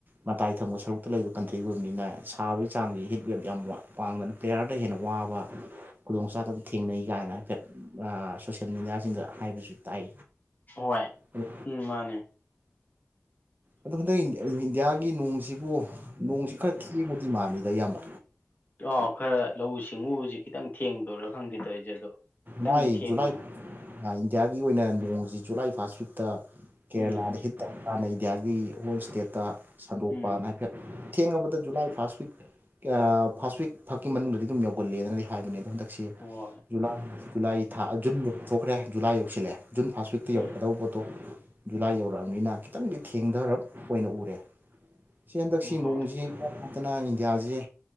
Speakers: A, on the right; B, on the left.
A: ꯃꯇꯥꯏ ꯊꯪꯕ ꯁꯔꯨꯛꯇ ꯂꯩꯕ ꯀꯟꯇ꯭ꯔꯤꯒ ꯑꯣꯏꯕꯅꯤꯅ ꯁꯥꯕꯒꯤ ꯆꯥꯡꯁꯤ ꯍꯤꯠ ꯋꯦꯞ ꯌꯥꯝ ꯋꯥꯡ ꯋꯥꯡꯕꯅ ꯄ꯭ꯂꯦꯌꯥꯔꯗꯩ ꯍꯦꯟꯅ ꯋꯥꯕ ꯈꯨꯗꯣꯡ ꯆꯗꯕ ꯊꯦꯡꯅꯩ ꯀꯥꯏꯅ ꯍꯥꯏꯐꯦꯠ ꯑ ꯁꯦꯃꯤꯅꯔ ꯁꯤꯡꯗ ꯍꯥꯏꯕꯖꯨ ꯇꯥꯏ
B: ꯍꯣꯏ
A: ꯑꯗꯨ
B: ꯎꯝ ꯃꯥꯅꯦ
A: ꯑꯗꯣ ꯍꯟꯗꯛ ꯏꯟꯗꯤꯌꯥꯒꯤ ꯅꯣꯡꯁꯤꯕꯨ ꯅꯣꯡꯁꯤ ꯈꯔ ꯈꯦꯡꯕꯗꯤ ꯃꯥꯜꯂꯤꯗ ꯏꯌꯥꯝꯕ
B: ꯑ ꯈꯔ ꯂꯧꯎ ꯁꯤꯡꯎꯕꯁꯤ ꯈꯤꯇꯪ ꯊꯦꯡꯗꯣꯏꯔꯥ ꯈꯪꯗꯦ ꯇꯧꯔꯤꯁꯦ ꯑꯗꯣ ꯈꯤꯇꯪꯗꯤ
A: ꯂꯥꯏ
B: ꯊꯦꯡꯕ
A: ꯖꯨꯂꯥꯏ
B: ꯑꯃ
A: ꯏꯟꯗꯤꯌꯥꯒꯤ ꯑꯣꯏꯅ ꯅꯣꯡꯁꯤ ꯖꯨꯂꯥꯏ ꯐꯥꯔꯁ ꯋꯤꯛꯇ ꯀꯦꯔꯂꯥꯗ
B: ꯎꯝ
A: ꯍꯤꯠ ꯇꯧꯔꯀꯥꯟꯗ ꯏꯟꯗꯤꯌꯥꯒꯤ ꯍꯣꯜ ꯏꯁꯇꯦꯠꯇ ꯁꯟꯗꯣꯛꯄꯅ
B: ꯎꯝ
A: ꯊꯦꯡꯉꯕꯗ ꯖꯨꯂꯥꯏ ꯐꯥꯔꯁ ꯋꯤꯛ ꯑ ꯐꯥꯔꯁ ꯋꯤꯛ ꯐꯛꯀꯤ ꯃꯅꯨꯡꯗꯗꯤ ꯑꯗꯨꯝ ꯌꯧꯒꯜꯂꯦꯅꯗꯤ ꯍꯥꯏꯕꯅꯦ ꯑꯗꯣ ꯍꯟꯗꯛꯁꯦ
B: ꯍꯣꯏ
A: ꯖꯨꯂꯥꯏ ꯖꯨꯂꯥꯏ ꯊꯥ ꯖꯨꯟ ꯌꯧꯊꯣꯛꯈ꯭ꯔꯦ ꯖꯂꯥꯏ ꯌꯧꯁꯤꯜꯂꯑꯦ ꯖꯨꯟ ꯐꯥꯔꯁ ꯋꯤꯛꯇ ꯌꯧꯔꯛꯀꯗꯧꯕ
B: ꯎꯝ
A: ꯄꯣꯠꯇꯣ ꯖꯨꯂꯥꯏ ꯌꯧꯔꯛꯑꯕꯅꯤꯅ ꯈꯤꯇꯪꯗꯤ ꯊꯦꯡꯊꯔꯞ ꯑꯣꯏꯅ ꯎꯔꯦ ꯁꯤ ꯍꯟꯗꯛꯁꯤ
B: ꯍꯣꯏ ꯍꯣꯏ
A: ꯅꯣꯡꯖꯤ ꯅꯠꯇꯅ ꯏꯟꯗꯤꯌꯥꯖꯦ